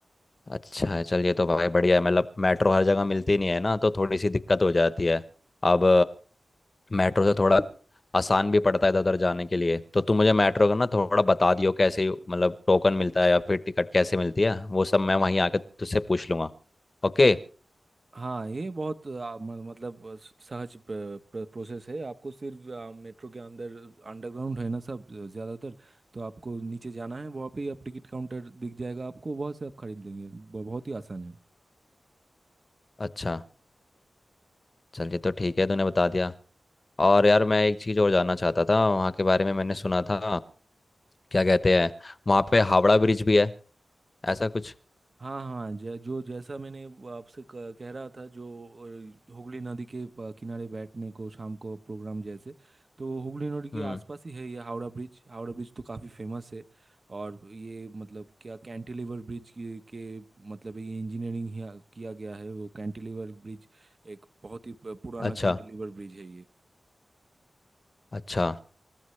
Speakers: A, on the left; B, on the right.
A: अच्छा है चलिए तो भाई बढ़िया है मतलब मेट्रो हर जगह मिलती नहीं है ना तो थोड़ी सी दिक्कत हो जाती है अब मेट्रो से थोड़ा आसान भी पड़ता है इधर उधर जाने के लिए तो तुम मुझे मेट्रो का ना थोड़ा बता दियो कैसे मतलब टोकन मिलता है या फिर टिकट कैसे मिलती है वो सब मैं वहीं आके तुझसे पूछ लूँगा ओके
B: हाँ ये बहुत आ, म- मतलब आ, स- सहज प- प्र- प्रोसेस है आपको सिर्फ आ, मेट्रो के अंदर अंडरग्राउंड है ना सब आ, ज़्यादातर तो आपको नीचे जाना है वहाँ पे ही आप टिकट काउंटर दिख जाएगा आपको वहाँ से आप खरीद लेंगे ब- बहुत ही आसान है
A: अच्छा चलिए तो ठीक है तूने बता दिया और यार मैं एक चीज़ और जानना चाहता था वहाँ के बारे में मैंने सुना था क्या कहते हैं वहाँ पे हावड़ा ब्रिज भी है ऐसा कुछ
B: हाँ हाँ जै, जो जैसा मैंने वो आपसे क- कह रहा था जो अ, हुगली नदी के प- किनारे बैठने को शाम को प्रोग्राम जैसे तो हुगली नदी के
A: हम्म
B: आसपास ही है ये हावड़ा ब्रिज हावड़ा ब्रिज तो काफ़ी फेमस है और ये मतलब क्या कैंटिलीवर ब्रिज के, के मतलब ये इंजीनियरिंग किया गया है वो कैंटिलीवर ब्रिज एक बहुत ही प- पुराना
A: अच्छा
B: कैंटिलीवर ब्रिज है ये
A: अच्छा